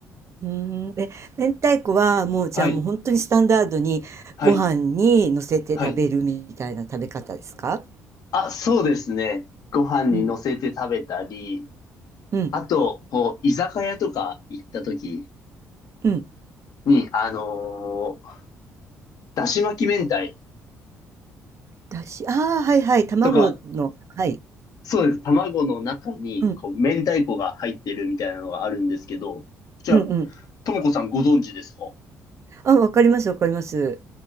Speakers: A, on the right; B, on the left.
A: うーん。え、明太子はもうじゃあもう本当にスタンダードにご飯に乗せて食べるみたいな食べ方ですか
B: はい。はい。はい。あ、そうですね。ご飯に乗せて食べたり、
A: うん。うん。
B: あと、こう、居酒屋とか行った時
A: うん。
B: に、あのーだし巻き明太
A: だし、ああ、はいはい。卵の。
B: とか、
A: はい。
B: そうです。卵の中に、
A: うん。
B: こう、明太子が入ってるみたいなのがあるんですけど、じゃあ、
A: うんうん。
B: ともこさんご存知ですか
A: あ、わかりますわかります。